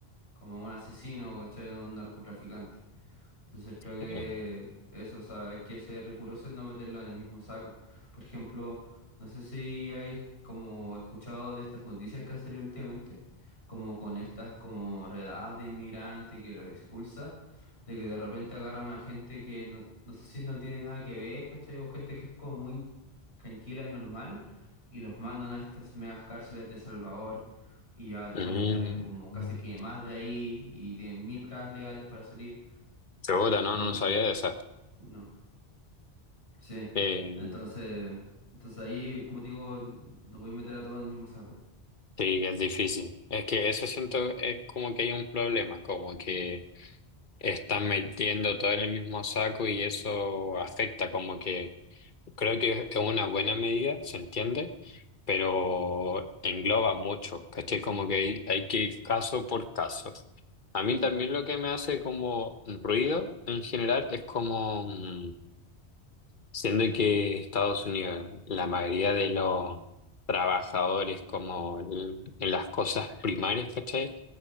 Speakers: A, on the left; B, on the left.
A: como un asesino, ¿cachai? O un narcotraficante. Entonces creo que
B: ujú,
A: eso, o sea, hay que ser riguroso en no meterlo en el mismo saco. Por ejemplo, no sé si hay como escuchado de estas noticias que han salido últimamente, como con estas como redadas de inmigrantes que los expulsa, de que de repente agarran a gente que no, no sé si no tiene nada que ver, ¿cachai? O gente que es como muy tranquila y normal, y los mandan a estas megas cárceles de Salvador, y ya después
B: Mm.
A: no salen como casi que más de ahí, y tienen mil trabas legales para salir.
B: Segura, no,
A: No-
B: no sabía de esa.
A: no, sí.
B: Eh,
A: Entonces, entonces ahí, como te digo, no voy a meter a todos en el mismo saco.
B: sí, es difícil. Es que eso siento es como que hay un problema, como que están metiendo todo en el mismo saco y eso afecta, como que Creo que es una buena medida, se entiende, pero engloba mucho, ¿cachai? Como que hay, hay que ir caso por caso. A mí
A: Mm,
B: también lo que me hace como ruido en general es como, mm, siendo que Estados Unidos, la mayoría de los trabajadores como el- en las cosas primarias, ¿cachai?